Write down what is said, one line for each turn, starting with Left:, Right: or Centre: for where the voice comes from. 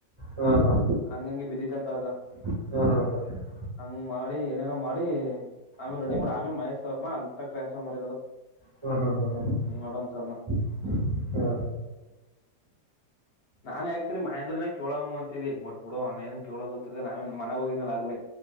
Right: ಹಾ ಹಾ
Left: ಹಂಗಂಗೆ ಬಿದ್ದಿತ್ತಂತೆ ಆಗ.
Right: ಹ್ಮ್ ಹ್ಮ್
Left: ಹಂಗ್ ಮಾಡಿ ಏನೇನ ಮಾಡಿ ಆಮೇಲೆ
Right: ಹ್ಮ್
Left: ರೆಡಿ ಮಾಡಿ ಆಮೇಲೆ ಮಹೇಶ್ ಸರ್ ನ ಅತ್ತ ಟ್ರಾನ್ಸ್ಫರ್ ಮಾಡಿರೋದು.
Right: ಹ್ಮ ಹ್ಮ ಹ್ಮ ಹ್ಮ
Left: ಹ್ಮ್ ನೋಡನ್ ಸರ್
Right: ಹಾ
Left: ನಾನನ್ ಆಕ್ಚುಲಿ ಮಹೇಂದ್ರನೇ ಕೇಳೋಮು ಅಂತಿದಿನಿ ಬಟ್ ಬಿಡು ಅವ್ನೇನು ಕೇಳೋದ ತಿರಗ ನಾವೆನ್ ಮನೆ ಹೋಗಿದ್ನಲ ಆಗ್ಲೆ.